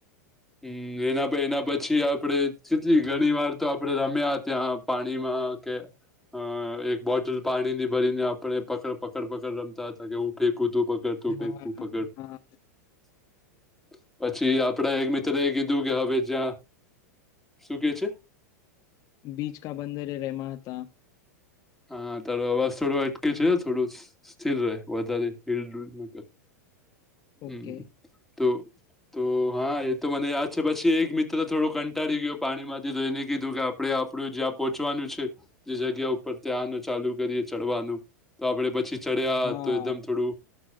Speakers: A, in the centre; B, on the left.
A: હું એના એના પછી આપડે કેટલી ઘણીવાર રમ્યા ત્યાં. પાણીમાં કે અ એક બોટલ પાણી ની ભરીને આપણે પકડ પકડ પકડ રમતા હતા કે હું ફેંકુતું <unintelligible>
B: હા હા
A: પછી આપડા એક મિત્ર એ કીધું કે હવે જ્યાં શું કે છે?
B: બીચ કા બંદર એ રહેેમા હતા
A: હા તારો અવાજ થોડો અટકે છે, થોડો સ્થિર રહે વધારે હીલ ડુલ ના કર હમ
B: ઓકે
A: તુ તો હા એતો મને યાદ છે, પછી એક મિત્ર થોડો કંટાળી ગયો પાણીમાંથી જોઈને કીધું કે આપ. આપડે આપડું જ્યાં પહોંચવાનું છે, જે જગ્યા ઉપર ત્યાંનું ચાલુ કરીએ ચડવાનું તો આપણે પછી ચડ્યા
B: હા
A: તો એકદમ થોડું